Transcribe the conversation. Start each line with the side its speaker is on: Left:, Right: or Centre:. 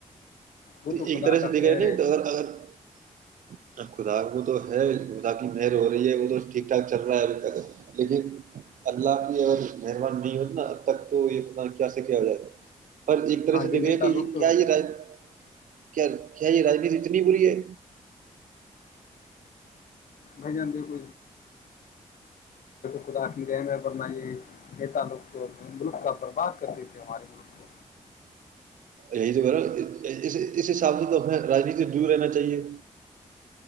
Left: وہ
Right: تو ایک
Left: خدا
Right: طرح سے
Left: کا
Right: دیکھا
Left: کہہ
Right: نہیں
Left: رہے کہ
Right: اگر خدا وہ تو ہے <unintelligible> اللہ کی مہر ہو رہی ہے وہ تو ٹھیک ٹھاک چل رہا ہے ابھی تک لیکن اللہ کی اگر مہربان نہیں ہوتی نا اب تک تو یہ کیا سے کیا ہو جائے <unintelligible> پر ایک طرح
Left: ہاں
Right: سے دیکھے
Left: یہ نیتا
Right: کہ
Left: لوگ تو
Right: کیا یہ رائے <unintelligible> کیا کیا یہ رجنیتی اتنی بری ہے
Left: بھ جان دیکھو خدا کی رحم ہے ورنہ یہ تعلق ملک کا برباد کرتے تھے ہمارے ملک کو
Right: یہی تو بہر اس حساب سے تو اپنے رانیتی دور رہنا چاہیے